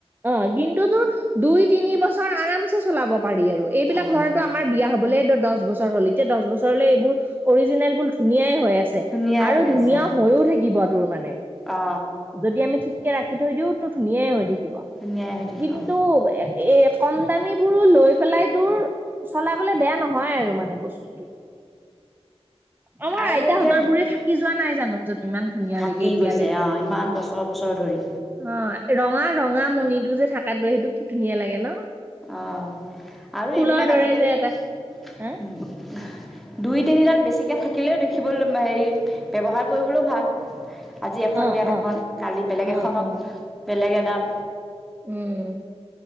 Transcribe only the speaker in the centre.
অ
ধুনীয়াই
হৈ
আছে
অ
ধুনীয়াই হৈ থাকিব
অ
আৰু
এতিয়া
থাকি
গৈছে অ ইমান বছৰ বছৰ ধৰি
অ', আৰু
এইবিলাক
আজিকালি
ব
দুই তিনিডাল বেছিকৈ থাকিলেও দেখিবলৈ হেৰি ব্যৱহাৰ কৰিবলৈও ভাল। আজি এখন
বিয়াত
এখন, কালি বেলেগ
এখনত
বেলেগ এডাল